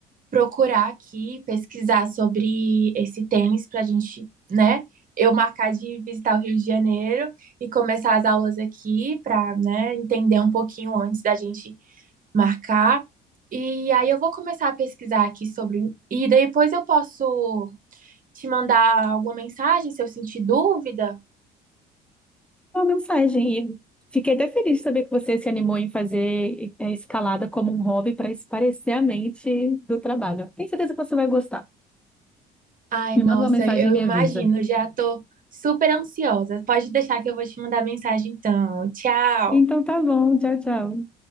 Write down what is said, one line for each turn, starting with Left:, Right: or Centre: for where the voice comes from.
Right: procurar aqui, pesquisar sobre esse tênis pra gente, né? Eu marcar de visitar o Rio de Janeiro e começar as aulas aqui pra, né, entender um pouquinho antes da gente marcar. E aí eu vou começar a pesquisar aqui sobre. E daí depois eu posso te mandar alguma mensagem se eu sentir dúvida.
Centre: É Uma mensagem. E fiquei até feliz de saber que você se animou em fazer é, escalada como um hobby para espairecer a mente do trabalho. Tenho certeza que você vai gostar.
Right: Ai,
Centre: Me
Right: nossa,
Centre: manda uma mensagem
Right: eu
Centre: e me
Right: imagino,
Centre: avisa.
Right: já tô super ansiosa. Pode deixar que eu vou te mandar mensagem então. Tchau.
Centre: Então tá bom, tchau, tchau.